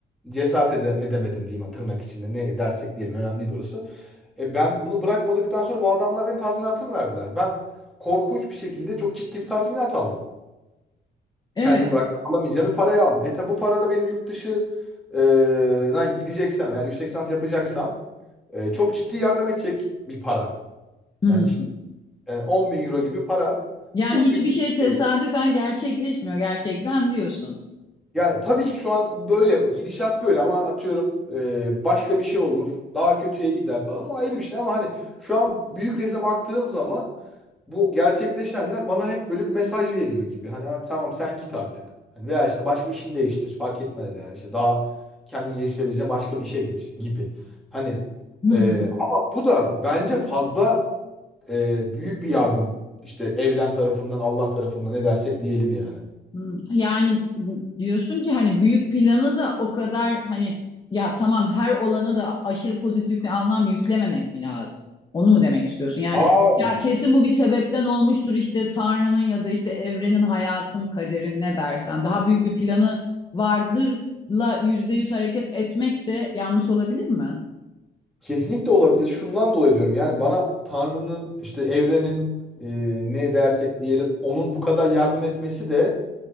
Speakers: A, in the centre; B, on the left (about 20°).
A: cesaret ede- edemedim diyeyim hani tırnak içinde ne dersek diyelim önemli değil orası. E, ben bunu bırakmadıktan sonra bu adamlar benim tazminatımı verdiler. Ben korkunç bir şekilde çok ciddi bir tazminat aldım.
B: Evet.
A: Kendim bırakıp alamayacağım bir parayı aldım. E tabi bu para da benim yurt dışı e, na gideceksem eğer yüksek lisans yapacaksam e, çok ciddi yardım edecek bir para.
B: Hı.
A: Yani, cid- yani 10 bin euro gibi para
B: Yani
A: Bu çok
B: hiçbir
A: büyük
B: şey tesadüfen
A: bir şey.
B: gerçekleşmiyor gerçekten diyorsun.
A: Yani tabii ki şu an böyle bu gidişat böyle ama atıyorum e, başka bir şey olur. Daha kötüye gider falan. O ayrı bir şey ama hani şu an büyük resme baktığım zaman bu gerçekleşenler bana hep böyle bir mesaj veriyor gibi. Hani "Ha, tamam sen git artık. Hani veya işte başka işini değiştir. Fark etmez yani işte daha kendini geliştirebileceğin başka bir işe geç gibi. Hani
B: Hı
A: e,
B: hı.
A: ama bu da bence fazla e, büyük bir yardım. İşte evren tarafından, Allah tarafından ne dersek diyelim yani.
B: Hmm, Yani diyorsun ki hani büyük planı da o kadar hani ya tamam her olana da aşırı pozitif bir anlam yüklememek mi lazım? Onu mu demek istiyorsun? Yani
A: Aa,
B: ya kesin bu bir sebepten olmuştur işte Tanrı'nın ya da işte evrenin, hayatın, kaderin ne dersen. Daha büyük bir planı vardırla yüzde yüz hareket etmek de yanlış olabilir mi?
A: Kesinlikle olabilir. Şundan dolayı diyorum. Yani bana Tanrı'nın işte evrenin e, ne dersek diyelim onun bu kadar yardım etmesi de